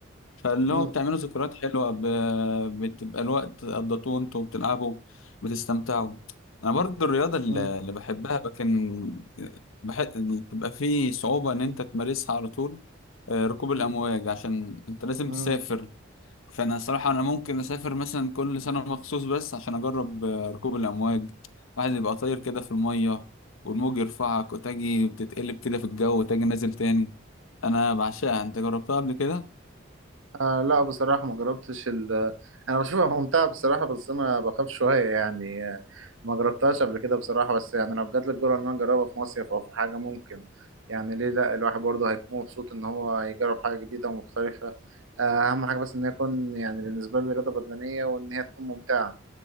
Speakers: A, on the left; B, on the right.
A: فاللي
B: مم،
A: هو بتعملوا ذكريات حلوة ب- بتبقى الوقت قضيتوه انتوا بتلعبوا بتستمتعوا انا برضو الرياضة اللي
B: مم،
A: اللي بحبها لكن بح... بتبقى فيه صعوبة ان انت تمارسها على طول آه، ركوب
B: مم،
A: الامواج عشان انت لازم
B: مم.
A: تسافر فانا صراحه انا ممكن اسافر مثلا كل سنه مخصوص بس عشان اجرب آه، ركوب الامواج واحد يبقى طاير كده في الميه والموج يرفعك وتجي بتتقلب كده في الجو وتجي نازل تاني انا بعشقها انت جربتها قبل كده
B: آه لا بصراحة ما جربتش ال <laughs> أنا بشوفها ممتعة بصراحة بس أنا بخاف شوية يعني آه، ما جربتهاش قبل كده بصراحة بس يعني لو جات لي الجرأة إن أنا أجربها في مصيف أو في حاجة ممكن يعني ليه لا الواحد برضه هيكون مبسوط إن هو يجرب حاجة جديدة ومختلفة آه، أهم حاجة بس إن هي تكون يعني بالنسبة لي رياضة بدنية وإن هي تكون ممتعة